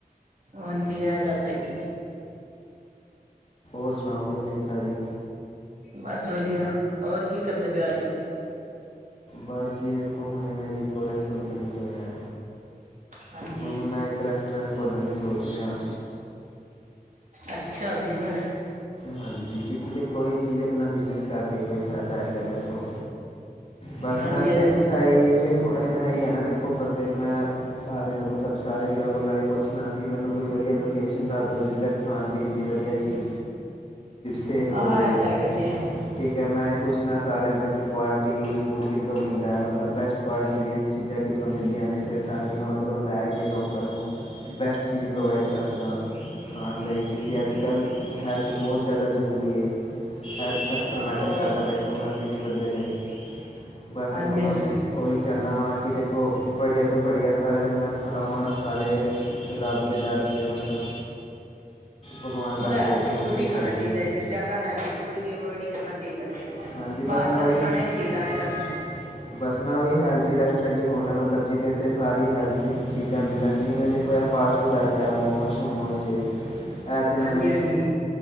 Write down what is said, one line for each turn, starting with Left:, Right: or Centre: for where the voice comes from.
Right: ਹਾਂਜੀ ਇਹ ਗੱਲ ਤੇ ਹੈਗੀ।
Left: ਹੋਰ ਸੁਣਾਓ ਕੋਈ ਨਵੀਂ ਤਾਜ਼ੀ।
Right: ਬਸ ਵਧੀਆ ਹੋਰ ਕੀ ਕਰਦੇ ਪਏ ਅੱਜ ਕੱਲ?
Left: ਬਸ ਜੀ ਦੇਖੋ ਹੁਣੇ ਮੇਰੀ ਕੋਲੇਜ ਕੰਪਲੀਟ। ਹੋਇਆ
Right: ਹਾਂਜੀ
Left: ਹੁਣ ਮੈਂ ਇੱਕ ਰੈਸਟੋਰੈਂਟ ਖੋਲਣ ਦੀ ਸੋਚ ਰਿਹਾ।
Right: ਅੱਛਾ ਬਿਜਨਸ
Left: ਹਾਂਜੀ ਕਿਉਂਕਿ ਚੀਜ਼ ਆਪਣਾ ਬਿਜਨਸ ਕਰਕੇ ਕੋਈ ਫਾਇਦਾ ਹੈਗਾ ਦੇਖੋ ਬਸ
Right: ਹਾਂਜੀ
Left: ਮੈਂ
Right: ਹਾਂਜੀ
Left: ਤੇ ਅ ਫਿਰ ਇਹਨਾਂ ਦੇ ਦੇਖੋ ਬੰਦੇ ਮੈਂ ਸਾਰਿਆਂ ਮਤਲਬ ਸਾਰੇ ਵੀਰਾਂ ਕੋਲ ਇਹ ਪੁੱਛਣਾ ਕਿ ਮੈਨੂੰ ਕੋਈ ਵਧੀਆ ਲੋਕੇਸ਼ਨ ਦੱਸ ਦੋ ਜਿੱਧਰ ਖਾਣ ਪੀਣ ਦੀ ਵਧੀਆ ਚੀਜ਼ ਸੇਲ ਹੋਵੇ
Right: ਹਾਂ ਇਹ ਤਾਂ ਹੈਗਾ ਹੀ ਹੈ
Left: ਠੀਕ ਹੈ ਮੈਂ ਕੁੱਛ ਨਾ ਸਾਰਿਆਂ ਤੋਂ ਕਿ ਕੁਆਲਿਟੀ ਫੂਡ ਕਿਧਰੋਂ ਮਿਲਦਾ ਹੈ ਮਤਲਬ ਬੈਸਟ ਕੁਆਲਿਟੀ ਦੀ ਚੀਜ਼ਾਂ ਕਿੱਧਰੋਂ ਮਿਲਦੀਆਂ ਫਿਰ ਤਾਂ ਕਿ ਮੈਂ ਉੱਧਰੋਂ ਲੈ ਕੇ ਲੋਕਾਂ ਨੂੰ ਬੈਸਟ ਚੀਜ਼ ਪ੍ਰੋਵਾਈਡ ਕਰ ਸਕਾਂ ਖਾਣ ਲਈ ਕਿਉਂਕਿ ਅੱਜ ਕੱਲ ਹੈਲਥ ਬਹੁਤ ਜ਼ਿਆਦਾ ਜ਼ਰੂਰੀ ਹੈਲਥ ਸੈਕਟਰ
Right: ਆਹੋ
Left: ਮੈਟਰ ਕਰਦਾ ਦੇਖੋ ਹਰ ਕਿਸੇ ਬੰਦੇ ਲਈ ਬਸ
Right: ਹਾਂਜੀ
Left: ਇੱਕ ਮੈਂ
Right: ਹਾਂਜੀ
Left: ਉਹਹੀ ਚਾਹੁੰਦਾ ਹਾਂ ਕਿ ਦੇਖੋ ਬੜੇ ਤੋਂ ਬੜੀਆਂ ਸਾਰਿਆਂ ਨੂੰ ਮੈਂ ਖਲਾਵਾਂ ਸਾਰੇ ਰੱਬ ਦੇ ਡਰ 'ਤੇ ਮਤਲਬ ਭਗਵਾਨ
Right: ਮਤਲਬ
Left: ਦਾ ਭੋਗ
Right: ਹੈਲਦੀ
Left: ਸਮਝ
Right: ਫੂਡ
Left: ਕੇ
Right: ਹੀ ਖਾਣਾ
Left: ਖਾਈਏ
Right: ਚਾਹੀਦਾ ਜ ਜ਼ਿਆਦਾ ਨੈਲੀ ਫੂਡ ਵੀ ਅਵਾਇਡ ਹੀ ਕਰਨਾ ਚਾਹੀਦਾ ਹੈ
Left: ਹਾਂਜੀ
Right: ਬਾਹਰ
Left: ਬਸ ਮੈਂ
Right: ਦਾ
Left: ਉਹੀ
Right: ਤੇ ਖਾਣਾ ਹੀ ਨਹੀਂ ਚਾਹੀਦਾ ਅੱਜ ਕੱਲ
Left: <inaudible> ਬਸ ਮੈਂ ਉਹੀ ਹੈਲਥ ਰੈਸਟੋਰੈਂਟ ਹੀ ਖੋਲਣਾ ਮਤਲਬ ਜਿਹਦੇ ਤੇ ਸਾਰੀ ਹੈਲਥ ਚੀਜ਼ਾਂ ਮਿਲਣ ਜਿਵੇਂ ਦੇਖੋ ਫਸ ਫੂਡ ਆ ਗਿਆ ਮੋਮੋਸ ਮੋਮੋਸ ਹੈ ਤਾਂ ਮੈਨੇ
Right: ਹਾਂਜੀ ਹਾਂਜੀ